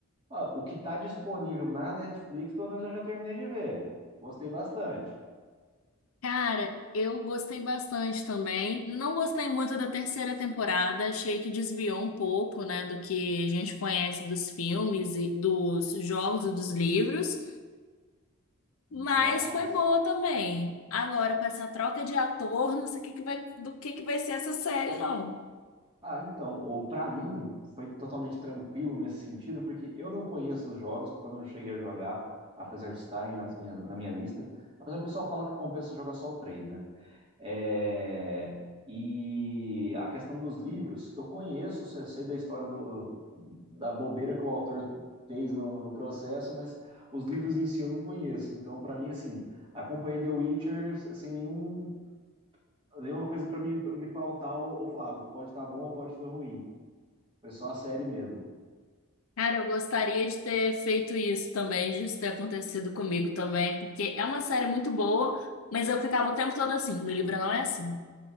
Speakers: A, on the right (about 25°); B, on the left (about 75°).
A: Ó, o que tá disponível na Netflix, pelo menos eu já terminei de ver. Gostei bastante.
B: Cara, eu gostei bastante também. Não gostei muito da terceira temporada, achei que desviou um pouco, né, do que a gente conhece dos filmes e dos jogos e dos livros, mas
A: Nossa.
B: foi boa também. Agora, com essa troca de ator, não sei o que que vai, do que que vai ser essa série, não.
A: Ah, então, ou para mim foi totalmente tranquilo nesse sentido, porque eu não conheço os jogos, porque eu não cheguei a jogar, apesar de estarem nas minhas, na minha lista. Apesar do pessoal fala que compensa jogar só o 3, né? É, e a questão dos livros, eu conheço, sei sei da história do, da bobeira que o autor fez no, no processo, mas os livros em si eu não conheço. Então, para mim, assim, acompanhei The Witcher sem nenhum, nenhuma coisa para me, me pautar ou, ou falar, "Ah, pode estar bom ou pode estar ruim. Foi só a série mesmo.
B: Cara, eu gostaria de ter feito isso também, de isso ter acontecido comigo também, porque é uma série muito boa, mas eu ficava o tempo todo assim, no livro não é assim.